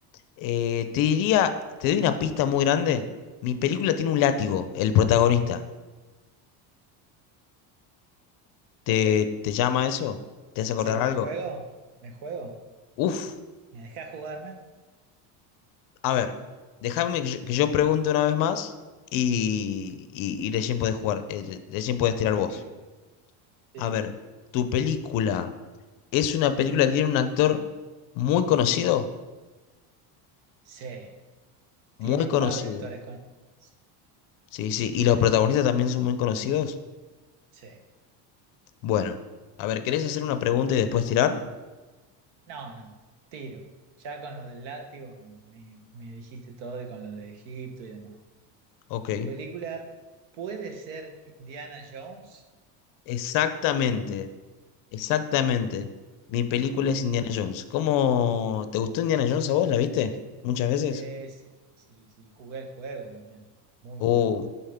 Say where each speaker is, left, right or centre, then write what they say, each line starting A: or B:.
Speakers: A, on the left (about 50°); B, on the right (about 75°).
A: eh, te diría, te doy una pista muy grande. Mi película tiene un látigo, el protagonista. ¿Te,
B: Ok,
A: te llama eso? ¿Te hace acordar
B: Sí, ¿me
A: algo?
B: juego? ¿Me juego?
A: Uf,
B: ¿Me dejas jugarme?
A: a ver, déjame que yo, que yo pregunte una vez más y, y, y recién podés jugar, eh, recién podés tirar
B: ok.
A: vos.
B: Sí.
A: A ver, ¿tu película es una película que tiene un actor muy conocido?
B: Sí, tiene
A: Muy
B: un
A: conocido.
B: par de actores con... Sí.
A: Sí, sí. ¿Y los protagonistas también son muy conocidos?
B: Sí.
A: Bueno, a ver, ¿querés hacer una pregunta y después tirar?
B: No, no, tiro. Ya con lo del látigo me, me- me dijiste todo y con lo de Egipto y demás.
A: Ok.
B: ¿Tu película puede ser Indiana Jones?
A: Exactamente, exactamente. Mi película es
B: Sí,
A: Indiana Jones. ¿Cómo te gustó Indiana Jones a vos? ¿La viste? ¿Muchas veces?
B: sí, sí, sí. sí. Jugué el juego también. Muy
A: Oh,
B: bueno.